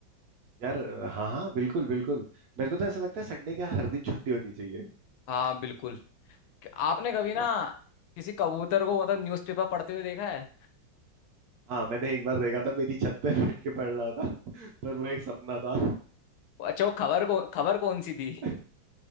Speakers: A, on the right; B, on the left.
A: यार हाँ हाँ बिल्कुल बिल्कुल मेरे को तो ऐसा लगता है संडे क्या हर दिन छुट्टी होनी चाहिए
B: हाँ बिल्कुल आपने कभी ना
A: आ,
B: किसी कबूतर को मतलब न्यूज़पेपर पढ़ते हुए देखा है
A: हाँ मैंने एक बार देखा था मेरी छत पे बैठ के पढ़ रहा था पर वो एक सपना था
B: अच्छा वो खबर को खबर कौन सी थी
A: <laughs>